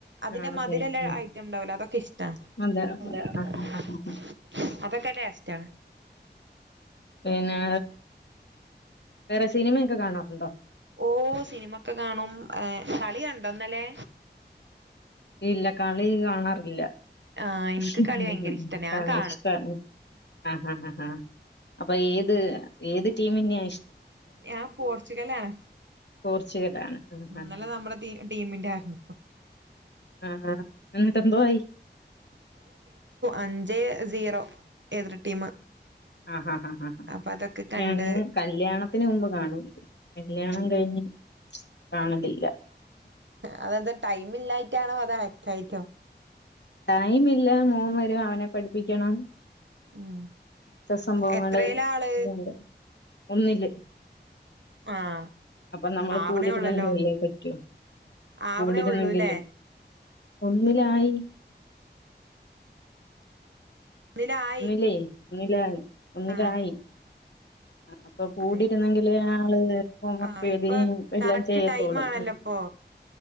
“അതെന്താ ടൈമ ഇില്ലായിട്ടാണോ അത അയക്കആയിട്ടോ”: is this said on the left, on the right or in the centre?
Right